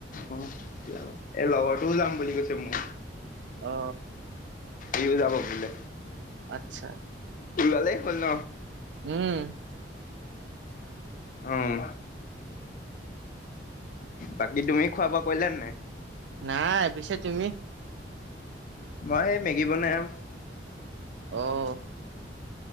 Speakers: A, on the left; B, on the right.
A: অ এ লগতও যাম বুলি কৈছে মোৰ
B: অ
A: ইউ যাব বোলে
B: আচ্ছা
A: উলালেই হ'ল ন
B: উম
A: আহ বাকী তুমি খোৱা বোৱা কৰিলো নাই
B: নাই পিছে তুমি
A: মই এই মেগী বনাম
B: অহ